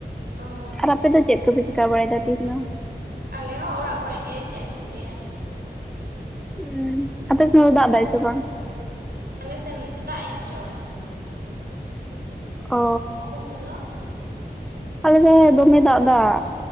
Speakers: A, on the right; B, in the centre.
A: ᱚ
B: ᱟᱨ
A: ᱟᱪᱪᱷᱟ
B: ᱟᱯᱮ ᱫᱚ ᱪᱮᱫ ᱠᱚᱯᱮ ᱪᱤᱠᱟ ᱵᱟᱲᱟᱭᱮᱫᱟ ᱛᱤᱦᱤᱧ ᱫᱚ?
A: ᱟᱞᱮ ᱦᱚᱸ ᱚᱲᱟᱜ ᱠᱚᱨᱮ ᱜᱮ ᱪᱮᱫ ᱮᱢ ᱪᱤᱠᱟᱹᱭᱟ᱾
B: ᱮᱸ ᱟᱯᱮ ᱥᱮᱡ ᱫᱟᱜ ᱫᱟᱭ ᱥᱮ ᱵᱟᱝ?
A: ᱟᱞᱮ ᱥᱮᱱ ᱫᱟᱜ ᱮᱜ ᱜᱮᱪᱚᱭ
B: ᱚᱻ
A: <unintelligible>
B: ᱟᱞᱮ ᱥᱮ ᱫᱚᱢᱮ ᱫᱟᱜ ᱫᱟ